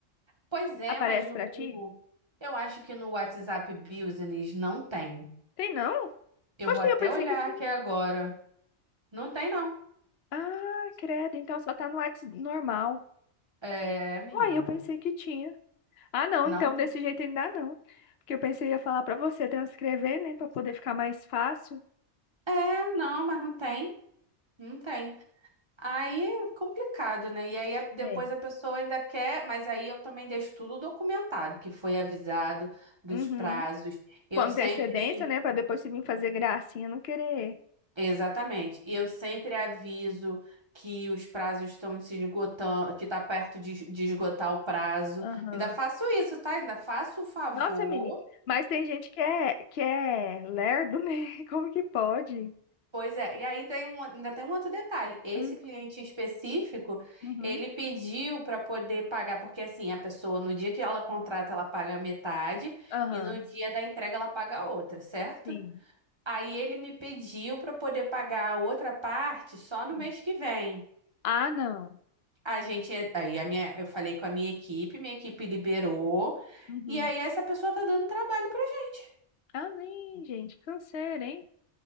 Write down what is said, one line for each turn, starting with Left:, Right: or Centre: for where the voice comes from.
Right: Pois é,
Left: Aparece
Right: mas no
Left: para ti?
Right: eu acho que no WhatsApp Business não tem.
Left: Tem não?
Right: Eu
Left: Oxe,
Right: vou até
Left: eu pensei
Right: olhar
Left: que tinha.
Right: aqui agora. Não tem não.
Left: Ah, credo, então só tá no WhatsApp normal.
Right: É, menina.
Left: Uai, eu pensei que tinha. Ah, não,
Right: Não.
Left: então desse jeito ainda não. Porque eu pensei ia falar pra você transcrever, né, Pra poder ficar mais fácil.
Right: É, não, mas não tem. Não tem. Aí é complicado, né? E aí a- depois
Left: É.
Right: a pessoa ainda quer, mas aí eu também deixo tudo documentado, que foi avisado dos
Left: Uhum.
Right: prazos. Eu
Left: Com antecedência,
Right: sempre,
Left: né, Pra depois se vir fazer gracinha, não querer.
Right: exatamente, eu sempre aviso que os prazos estão se esgotando, que tá perto de, de esgotar o prazo.
Left: Aham.
Right: Ainda faço isso, tá? Ainda faço o favor.
Left: Nossa, menina, mas tem gente que é que é lerdo, né? <laughs> Como que pode?
Right: Pois é, e aí tem um- ainda tem um outro detalhe. Esse
Left: Hum,
Right: cliente específico,
Left: Uhum.
Right: ele pediu para poder pagar, porque assim, a pessoa no dia que ela contrata, ela paga metade
Left: Aham,
Right: e no dia da entrega ela paga a outra, certo?
Left: sim.
Right: Aí ele me pediu para poder pagar a outra parte só no
Left: Hum.
Right: mês que vem.
Left: Ah, não.
Right: A gente, aí a minha, eu falei com a minha equipe, minha equipe liberou,
Left: Uhum.
Right: e aí essa pessoa tá dando trabalho pra gente.
Left: Ah, nem, gente, canseira, hein?